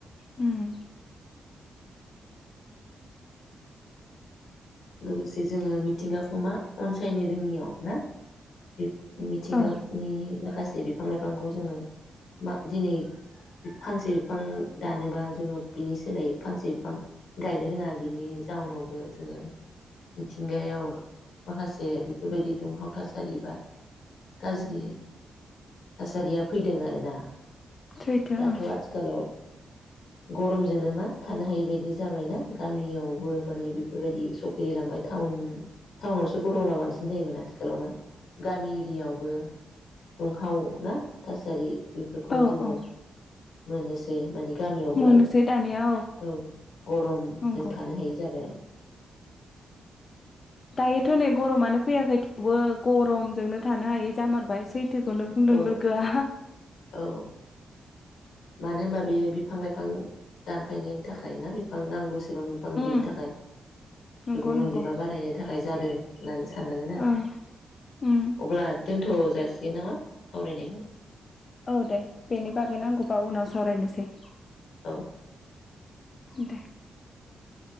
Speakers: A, on the left; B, on the left.
A: उम्म।
B: लोगोसे जोङो मिथिंगाखौ मा अनसायनो रोङियाव ना बे मिथिंगानि
A: औ
B: खासे बिफां लाइफांखौ जोङो मा दिनै फांसे बिफां दानोबा जोङो बिनि सोलाय फांसे बिफां गायनो रोङा बिनि जाउनावबो जोङो मिथिंगायाव माखासे बेफोरबायदि दुंहाव थासारि बा गाज्रि थासारिया फैदों आरोना।
A: सैथो
B: दाथ'
A: ओं
B: आथिखालाव गरमजोंनो मा थानो हायो बायदि जाबायना गामियावबो माने बेफोरबायदि स गेलेलांबाय टाउन टाउनावसो गरमा बांसिन जायोमोन आथिखालाव मा गामि एरियायावबो दुंहाव ना थासारि बेफोरखौ
A: औ
B: जोङो
A: औ
B: मोनोसै मानि गामियावबो
A: मोनोसै दानिया
B: औ गरम
A: नंगौ
B: जों थानो हायि जाबाय।
A: दायोथ' नै गरमानो फैयाखै थेवबो गरमजोंनो थानो हायै जामारबाय सै थोखौनो बुंदों
B: औ
A: लोगोआ।
B: औ मानो होनबा बे बिफां लाइफां दानफायनायनि थाखाय ना बिफां नांगौ सेबां बिफां
A: उम
B: गैयिनि थाखाय
A: नंगौ
B: सुबुं
A: नंगौ
B: अनजिमा बारायनो थाखाय जादों होननानै साननांगोन आरो
A: ओं उम
B: अब्ला दोनथ' जासिगोन नामा? सावरायनायखौ
A: औ दे बेनि बागै नांगौ बाव उनाव सावरायनोसै
B: औ
A: दे